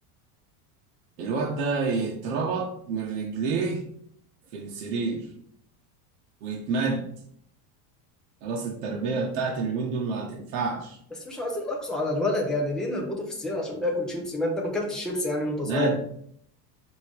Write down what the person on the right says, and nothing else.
الواد ده يتربط من رجليه في السرير ويتمد خلاص التربية بتاعت اليومين دول ما هتنفعش
مد